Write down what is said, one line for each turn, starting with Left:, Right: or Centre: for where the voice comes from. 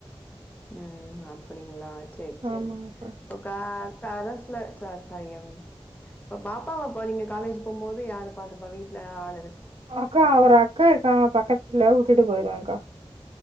Left: ம் அப்படிங்களா செரி செரி
Right: ஆமாங்கக்கா
Left: கா கரஸ்ல சார் ச ம் இப்ப பாப்பாவப்ப நீங்க காலேஜ் போகும்போது யாரு பா்த்தப்பா வீட்டுல ஆல்
Right: அக்கா ஒரு அக்கா இருக்காங்க பக்கத்துல உட்டுட்டு போயிருவங்கா